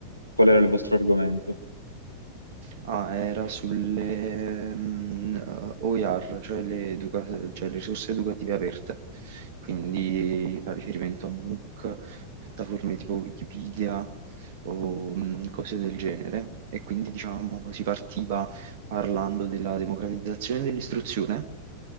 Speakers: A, on the right; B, on the right.
A: Qual era il vostro argomento?
B: Ah, era sulle mm, eh, OER, cioè le, educa- cioè le risorse educative aperte, quindi fa riferimento a MOOC, piattaforme tipo Wikipedia o mm, cose del genere. E quindi diciamo si partiva parlando della democratizzazione dell'istruzione,